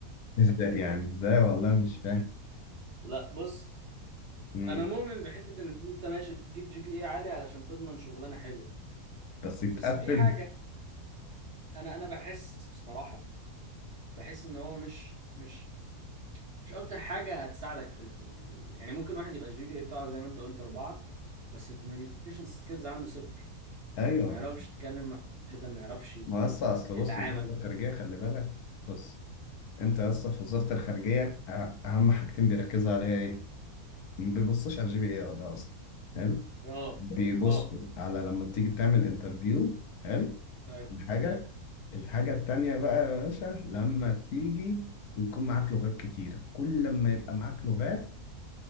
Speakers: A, on the left (about 75°); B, on the right (about 45°).
A: إزاي يعني إزاي والله مش فاهم
B: <laughs> لا بص
A: مم.
B: انا مؤمن بحته ان انت ماشي تجيب جي بي اي عالي علشان تضمن شغلانه حلوه
A: بس يتقفل
B: بس في حاجه انا انا بحس بصراحه بحس ان هو مش مش مش اكتر حاجه هتساعدك في ال... في ال... يعني ممكن واحد يبقى الجي بي اي بتاعه زي ما انت قلت اربعه بس الكوميونيكيشن سكيلز عنده صفر
A: أيوه
B: ما يعرفش يتكلم مع بني ادم ما يعرفش
A: ما هسه أصل
B: يتعامل
A: بص وزارة الخارجية خلي بالك بص أنت هسه في وزارة الخارجية أه- أهم حاجتين بيركزوا عليها إيه؟ ما بيبصوش على الجي بي إيه أه ده أصلا حلو؟
B: اه
A: بيبصوا
B: اه
A: على لما تيجي تعمل انترفيو حلو
B: ايوه
A: حاجة
B: ايوه
A: الحاجة التانية بقى يا باشا لما تيجي ويكون معاك لغات كتيرة كل ما يبقى معاك لغات